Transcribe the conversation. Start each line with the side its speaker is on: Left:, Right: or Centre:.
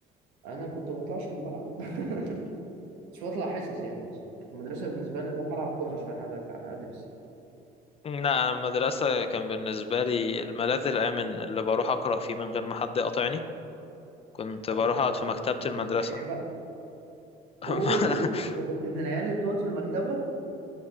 Right: انا كنت بطلعش من الملعب <laughs> مش بطلع حصص يعني اصلا كانت المدرسه بالنسبه لي اروح العب كوره مش رايح أقعد ادرس يعني
Left: لا انا المدرسة كان بالنسبة لي الملاذ الامن اللي بروح اقرأ فيه من غير ما حد يقاطعني كنت
Right: لا
Left: بروح
Right: ده انت
Left: اقعد في مكتبة
Right: انت
Left: المدرسة
Right: كنت دحيح بقى
Left: <laughs>
Right: اوه انت كنت من العيال اللي بتقعد في المكتبه